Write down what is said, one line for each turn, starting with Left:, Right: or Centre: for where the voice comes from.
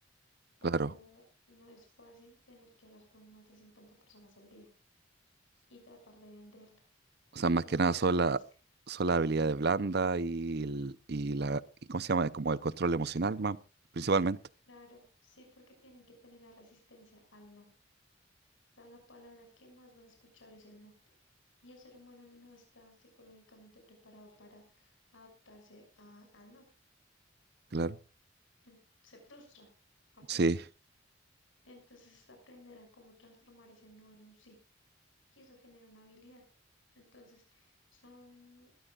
Left: o
Right: Claro.
Left: no es fácil tener que hablar con más de 50 personas al día y tratar de venderlas.
Right: O sea, más
Left: Tiene
Right: que nada
Left: que ser
Right: son
Left: personas,
Right: la,
Left: que-
Right: son las habilidades blandas y, el- y la, y ¿cómo se llama? Eh, Como el control emocional, más, principalmente.
Left: claro, sí, porque tienen que tener la resistencia al no. O sea, la palabra que más vas a escuchar es el no. Y el ser humano no está psicológicamente preparado para adaptarse a- al no.
Right: Claro.
Left: En- Se frustra, afecta.
Right: Sí,
Left: Entonces es aprender a cómo transformar ese no en un sí. Y eso genera una habilidad. Entonces, son,